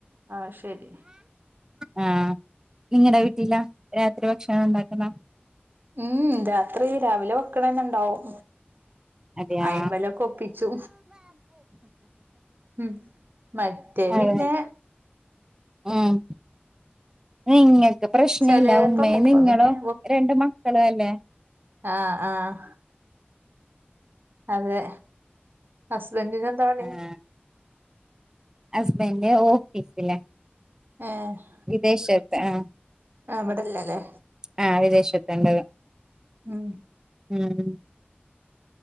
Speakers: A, on the right; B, on the right.
A: ആഹ് ശരി.
B: ആഹ് നിങ്ങടെ വീട്ടില രാത്രി ഭക്ഷണം ഇണ്ടാക്കുന്ന
A: ഉം രാത്രി രാവിലെ വെക്കണന്നെ ഇണ്ടാവും
B: അതെയാ
A: അയിമേലകൊപ്പിച്ചു ഉം മറ്റേ
B: അതെ
A: പിന്നെ
B: ഉം നിങ്ങൾക്ക് പ്രശ്നില്ല
A: ചെലേപ്പം
B: ഉമ്മ
A: അപ്പം
B: നിങ്ങളും
A: പിന്നെ
B: രണ്ട് മക്കളും അല്ലേ
A: ആഹ് ആഹ് അതെ ഹുസ്ബൻഡിനെന്താ പണി
B: ആ ഹസ്ബൻഡ് ഓഫീസില
A: ഏഹ്
B: വിദേശത്ത് ആഹ്
A: ആഹ് വടെല്ലല്ലേ
B: ആഹ് വിദേശത്ത്ണ്ടാവ
A: ഉം
B: ഉം